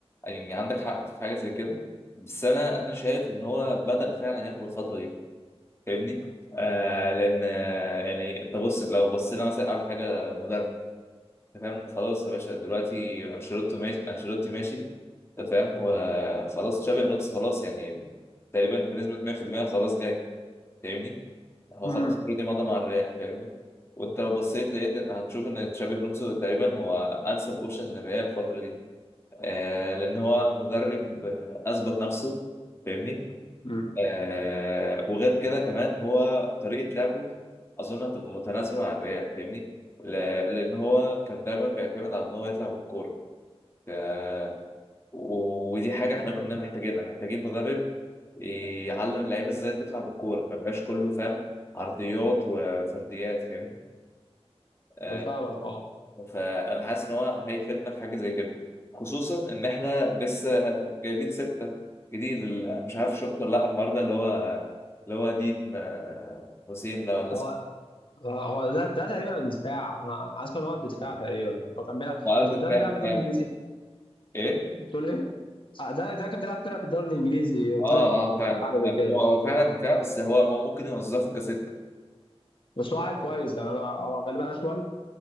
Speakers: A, on the left (about 25°); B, on the left (about 50°).
A: يعني عندك حق في حاجه زي كده بس انا انا شايف ان هو بدأ فعلا ياخد الخطوه دي فاهمني آه لان آه يعني انت بص لو بصينا مثلا اول حاجه مدرب انت فاهم أنت خلاص يا باشا دلوقتي انشيلوتي ماشي انشيلوتي ماشي انت فاهم وخلاص تشابي الونسو خلاص يعني تقريبا بنسبه 100% خلاص جاي فاهمني هو
B: امم
A: خلاص اوريدي مضى مع الريال فاهمني وانت لو بصيت لقيت إن- هتشوف ان تشابي الونسو تقريبا هو انسب اوبشن للريال الفتره دي آه لان هو مدرب آه، اثبت نفسه فاهمني
B: امم
A: آه وغير كده كمان هو طريقة لعبه أظن هتبقى متناسبة مع الريال فاهمني؟ ل- لأن هو كان دايما بيعتمد على إن هو يطلع بالكورة آه ودي حاجة إحنا كنا محتاجينها محتاجين مدرب يعلم اللعيبة إزاي تطلع بالكورة ما يبقاش كله فاهم عرضيات وفرديات فاهمني؟ آه،
B: انا فاهمك اه
A: فانا حاسس ان هو هيفيدنا في حاجه زي كده خصوصا ان احنا لسه جايبين سته جديد ال- مش عارف شفت ولا لا الحوار ده اللي هو اللي هو دين آه، حسين ده ولا اسمه
B: هو هو ده ده تقريبا الدفاع انا اسمع ان هو الدفاع تقريبا هو كان بيلعب
A: هو قلب
B: مش ده
A: دفاع
B: اللي بيلعب في الدوري
A: فعلا
B: الانجليزي
A: ايه
B: بتقول ايه؟ آه، ده ده كان بيلعب فرقه في الدوري الانجليزي
A: اه
B: بروتوس
A: اه
B: مثلا
A: فعلا
B: حاجه
A: لا،
B: زي كده
A: هو هو فعلا دفاع بس هو هو ممكن يوظفه كسته
B: بس هو عيل كويس يعني انا هو غالبا اشول